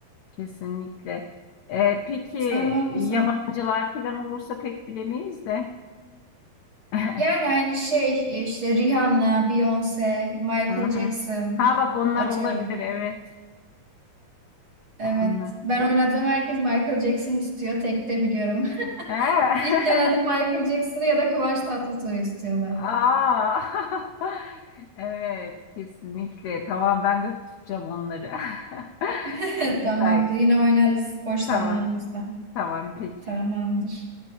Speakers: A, on the left (about 70°); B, on the right (about 40°).
A: Kesinlikle. Ee, peki
B: Tamam o
A: yabancılar
B: zaman.
A: falan olursa pek bilemeyiz de. <laughs>
B: Yani aynı şey e, işte Rihanna, Beyoncé, Michael
A: Hı hı.
B: Jackson
A: Ha bak onlar
B: atıyorum.
A: olabilir evet.
B: Evet.
A: Onlar.
B: Ben oynadığım herkes Michael Jackson tutuyor. Tek de biliyorum.
A: Ee?
B: <laughs> İlk genelde Michael
A: <laughs>
B: Jackson'ı ya da Kıvanç Tatlıtuğ'u tutuyorlar.
A: Aa. <laughs> Evet kesinlikle. Tamam ben de tutacağım onları. <laughs>
B: Evet,
A: Güzel.
B: tamamdır. Yine oynarız boş zamanımızda.
A: Tamam. Tamam peki.
B: Tamamdır.